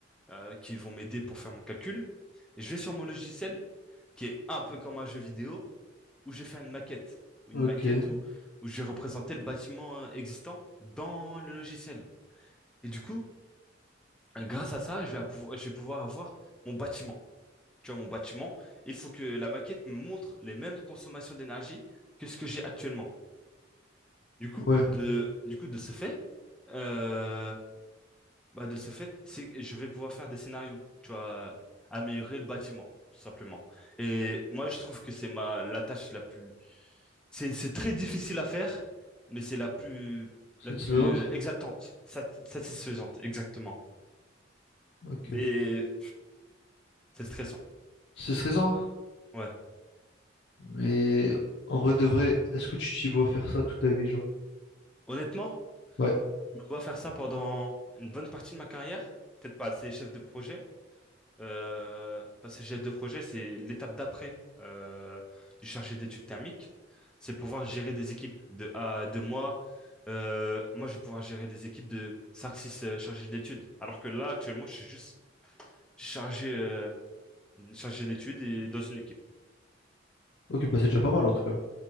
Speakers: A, in the centre; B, on the left.
A: euh, qui vont m'aider pour faire mon calcul, je vais sur mon logiciel qui est un peu comme un jeu vidéo où j'ai fait une maquette, ou
B: Ok.
A: une maquette où, où j'ai représenté le bâtiment euh, existant dans le logiciel. Et du coup, euh, grâce à ça, je vais, à pouvo- je vais pouvoir avoir mon bâtiment. Tu vois, mon bâtiment, il faut que la maquette me montre les mêmes consommations d'énergie que ce que j'ai actuellement. Du coup,
B: Ouais.
A: de, du coup, de ce fait, euh, Bah, de ce fait, c'est- je vais pouvoir faire des scénarios, tu vois, améliorer le bâtiment, tout simplement. Et moi, je trouve que c'est ma, la tâche la plus, c'est, c'est très difficile à faire, mais c'est la plus,
B: Satisfaisante?
A: la plus euh, exaltante, sat- satisfaisante, exactement.
B: Ok.
A: Mais c'est stressant,
B: C'est stressant,
A: ouais.
B: mais en vrai de vrai, est-ce que tu t'y vois faire ça toute ta vie, genre?
A: Honnêtement,
B: Ouais.
A: je dois faire ça pendant une bonne partie de ma carrière, peut-être pas assez chef de projet, Euh, parce que chef de projet, c'est l'étape d'après euh, du chargé d'études thermiques. C'est pouvoir gérer des équipes de à de moi. Euh, moi, je vais pouvoir gérer des équipes de cinq six euh, chargés d'études. Alors que là, actuellement, je suis juste chargé, euh, chargé d'études et dans une équipe.
B: Ok, bah c'est déjà pas mal en tout cas.